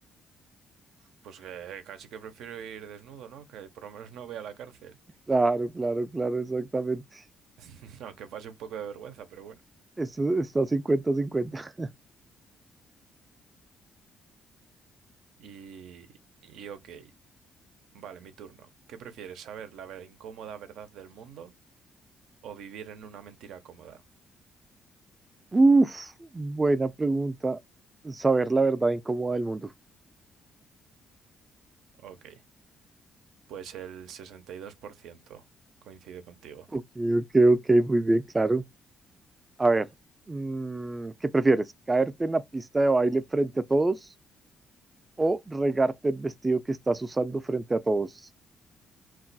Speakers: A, on the right; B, on the right.
A: Pues que casi que prefiero ir desnudo, ¿no? Que por lo menos no vea la cárcel.
B: Claro, claro, claro, exactamente.
A: <laughs> Aunque pase un poco de vergüenza, pero bueno.
B: Esto está cincuenta-cincuenta.
A: Y, y ok, vale, mi turno. ¿Qué prefieres, saber la ver- incómoda verdad del mundo o vivir en una mentira cómoda?
B: Uf, buena pregunta. Saber la verdad incómoda del mundo.
A: Ok, pues el 62% coincide contigo.
B: Ok, ok, ok, muy bien, claro. A ver, mm, ¿qué prefieres? ¿Caerte en la pista de baile frente a todos o regarte el vestido que estás usando frente a todos?